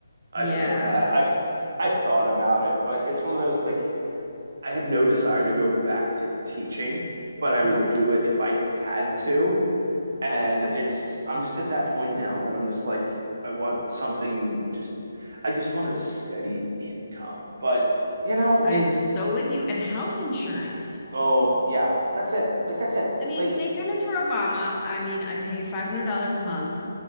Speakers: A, on the right; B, on the left.
A: I
B: yeah.
A: feel that. I've I've thought about it, but it's one of those like I have no desire to go back to teaching, but I would
B: Nope.
A: do it if I had to. And
B: I
A: it's I'm just at that point now that I'm just like I want something just I just want a steady income. But you know,
B: I
A: it's
B: am so with you. And health insurance.
A: oh yeah, that's it. Like that's it.
B: I mean,
A: Like
B: thank goodness for Obama. I mean, I pay $500 a month,